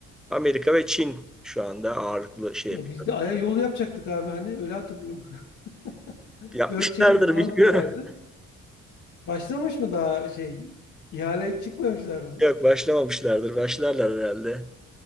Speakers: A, in the centre; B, on the left (about 75°).
A: Amerika ve Çin şu anda ağırlıklı şey
B: E,
A: yapıyor.
B: biz de Ay'a yol yapacaktık abi hani öyle hatırlıyorum. <laughs>
A: Yapmışlardır
B: Dört şerit falan
A: bilmiyorum.
B: diyorlardı. Başlamış mı daha şey ihale çıkmamışlar mı?
A: <laughs> Yok başlamamışlardır. Başlarlar herhalde.